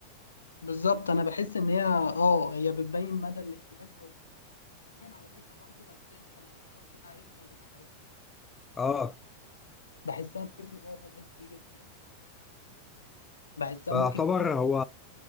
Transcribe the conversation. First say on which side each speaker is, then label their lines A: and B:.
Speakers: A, on the left; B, on the left.
A: بالظبط انا بحس ان هي اه هي بتبين مدى الاهتمام او بتبين على فكره برضو قد ايه انت الشخص ده عارفني ولا مش عارفني
B: اه
A: بحسها بتفرق اه في الحته دي جدا بحسها
B: فاعتبر
A: ممكن تبين
B: هو